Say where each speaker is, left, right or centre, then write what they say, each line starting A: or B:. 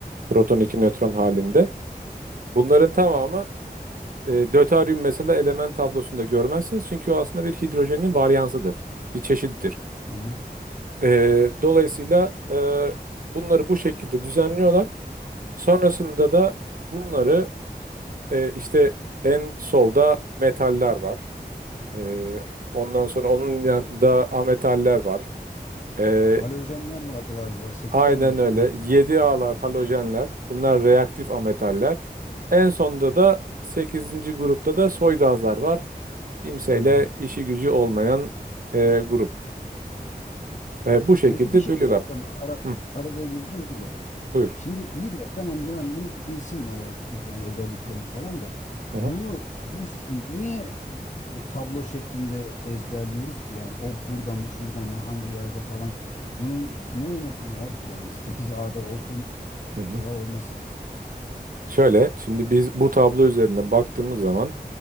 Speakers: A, on the right; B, on the left.
A: proton, iki nötron halinde. Bunların tamamı e, döteryum mesela element tablosunda görmezsiniz. Çünkü o aslında bir hidrojenin varyansıdır. Bir çeşittir.
B: Hı hı.
A: E, dolayısıyla e, bunları bu şekilde düzenliyorlar. Sonrasında da bunları e, işte en solda metaller var. Ee, ondan sonra onun
B: Ahmet
A: yanında
B: abi.
A: ametaller var. Ee,
B: Halojenler vardı galiba. Sekiz
A: aynen
B: a mıydı
A: öyle.
B: neydi?
A: Yedi alar halojenler. Bunlar reaktif ametaller. En sonda da sekizinci grupta da soy gazlar var. Kimseyle
B: Ha, evet.
A: işi gücü olmayan e, grup. E, bu şekilde
B: Peki bir şey
A: bölüyorlar.
B: soracağım. Ara,
A: Hı,
B: arada girdim de.
A: buyur.
B: Şimdi iyi de tamam bu- yani bunu bilsinler herkes yani özelliklerini falan da
A: Hı hı,
B: bunu biz niye i- bu tablo şeklinde ezberliyoruz ki yani o burada mı şurada mı hangi yerde falan bunun ne önemi var ki yani sekiz ada olsun
A: hı hı.
B: veya olmasın.
A: Şöyle, şimdi biz bu tablo üzerine baktığımız zaman,